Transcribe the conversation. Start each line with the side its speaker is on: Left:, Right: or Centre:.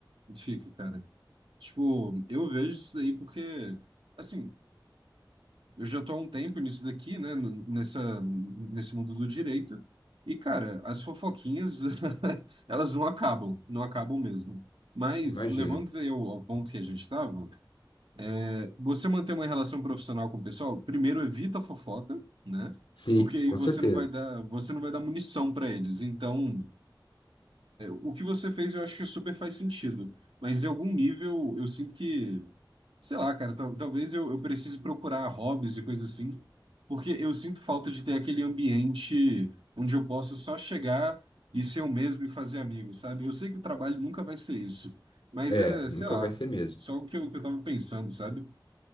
Right: fico cara. Tipo, eu vejo isso daí porque. Assim, Eu já tô há um tempo nisso daqui, né? n- Nessa, nesse mundo do direito. E, cara, as fofoquinhas, <laughs> elas não acabam, não acabam mesmo. Mas,
Left: Eu imagino.
Right: levando-se aí ao, ao ponto que a gente estava, é, você manter uma relação profissional com o pessoal, primeiro evita a fofoca, né?
Left: Sim,
Right: Porque aí
Left: com
Right: você
Left: certeza.
Right: não vai dar, você não vai dar munição para eles. Então, o que você fez, eu acho que super faz sentido. Mas em algum nível, eu sinto que, sei lá, cara, tal- talvez eu, eu precise procurar hobbies e coisas assim, porque eu sinto falta de ter aquele ambiente onde eu posso só chegar e ser eu mesmo e fazer amigos, sabe? Eu sei que o trabalho nunca vai ser isso, mas
Left: É,
Right: é,
Left: nunca
Right: sei lá,
Left: vai ser mesmo.
Right: só o que eu, que eu tava pensando, sabe?